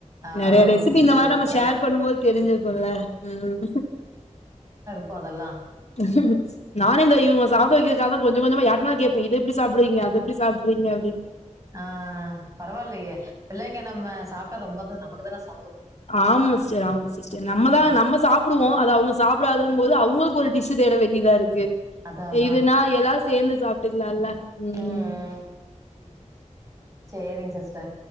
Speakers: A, on the right; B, on the left.
A: ஆ
B: நறைய ரெசிபி
A: ஓகே சிஸ்டர்
B: இந்த மாரி நம்ம
A: ஓகே
B: ஷேர் பண்ணும்போது தெரிஞ்சிருக்கோல்ல உம்
A: இப்ப அதெல்லாம்
B: <unintelligible> நானே இந்த இவங்க சாப்ட வைக்கதுக்கா கொஞ்ச கொஞ்சமா யாருட்டனாலும் கேப்பேன் இத சாப்டுவீங்க அத எப்டி சாப்ட்றீங்க அப்படின்னு
A: ஆஹ் பரவால்லையே பிள்ளைங்க நம்ம சாப்பிட்டா ரொம்பதா நமக்குதான ச
B: ஆம்ம ச ஆமா சிஸ்டர் நம்மதா
A: ம்.
B: நம்ம சாப்டுவோ அது அவங்க சாப்டாதுங் போது அவுங்குளுக் ஒரு டிஷ்சு தேட வேண்டியதா இருக்கு
A: அதான் அதான்.
B: இதுனா எல்லாரு சேந்து சாப்ட்டுக்கலால்ல உம்
A: ம், ம். சரிங்க சிஸ்டர்.